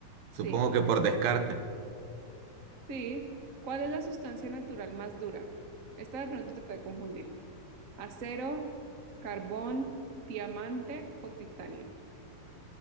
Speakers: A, on the right; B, on the right.
A: Supongo
B: Sí.
A: que por descarte.
B: Sí. ¿Cuál es la sustancia natural más dura? Esta de pronto te puede confundir. ¿Acero, carbón, diamante o titanio?